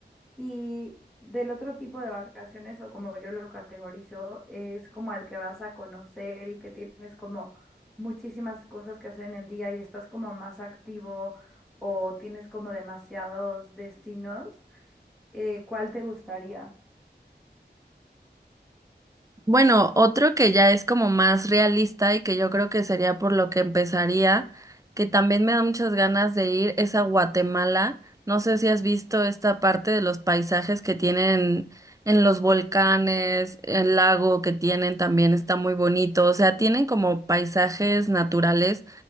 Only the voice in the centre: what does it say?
Y del otro tipo de vacaciones, o como yo lo categorizo, es como al que vas a conocer y que tienes como muchísimas cosas que hacer en el día y estás como más activo o tienes como demasiados destinos. Eh, ¿cuál te gustaría?